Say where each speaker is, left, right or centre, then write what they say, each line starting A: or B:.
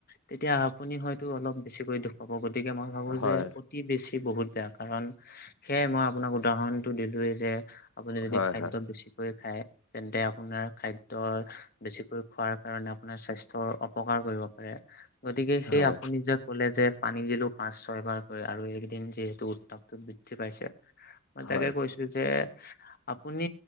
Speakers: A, on the left; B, on the left.
A: তেতিয়া আপুনি হয়তো অলপ বেছিকৈ দুখ পাব গতিকে মই ভাবো
B: হয়
A: যে অতি বেছি বহুত বেয়া কাৰণ সেয়াই মই আপোনাক উদাহৰণটো দিলোৱেই যে আপুনি যদি
B: হয়
A: খাদ্য
B: হয়
A: বেছিকৈ খায় তেন্তে আপোনাৰ খাদ্য বেছিকৈ খোৱাৰ কাৰণে আপোনাৰ স্বাস্থ্যৰ অপকাৰ কৰিব পাৰে গতিকে সেই
B: হয়
A: আপুনি যে ক'লে যে পানী দিলো পাঁচ ছয় বাৰকৈ আৰু এইকেদিন যিহেতু উত্তাপটো বৃদ্ধি পাইছে মই তাকে
B: হয়
A: কৈছো যে আপুনি